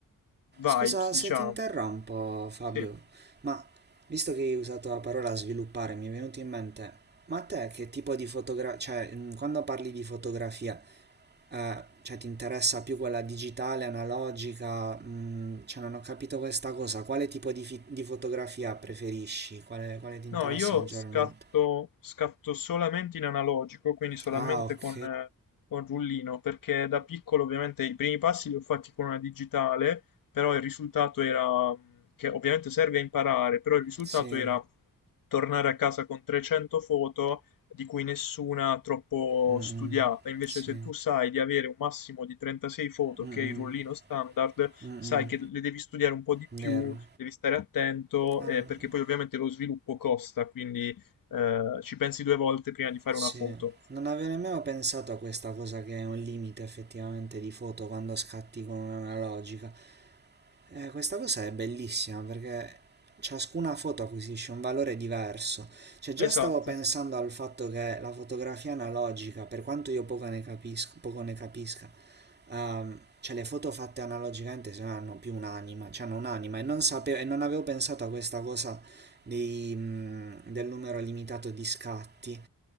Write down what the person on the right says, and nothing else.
Scusa
se ti interrompo, Fabio,
ma visto che hai usato la parola sviluppare, mi è venuto in mente, ma a te che tipo di fotografia, cioè, mm, quando parli di fotografia, Eh, cioè ti interessa più quella digitale, analogica, mm, cioè non ho capito questa cosa, quale tipo di, fi- di fotografia preferisci? Quale, quale ti interessa
maggiormente?
Ah, ok,
sì,
Mm,
sì,
Mm,
mm.
vero,
ah,
sì,
non avevo nemmeno pensato a questa cosa che è un limite effettivamente di foto quando scatti con un'analogica. Eh, questa cosa è bellissima perché ciascuna foto acquisisce un valore diverso. Cioè, già
stavo pensando al fatto che la fotografia analogica, per quanto io poco ne capisco, poco ne capisca, ehm, cioè le foto fatte analogicamente se no hanno più un'anima, cioè hanno un'anima e non sapevo, e non avevo pensato a questa cosa dei, mm, del numero limitato di scatti.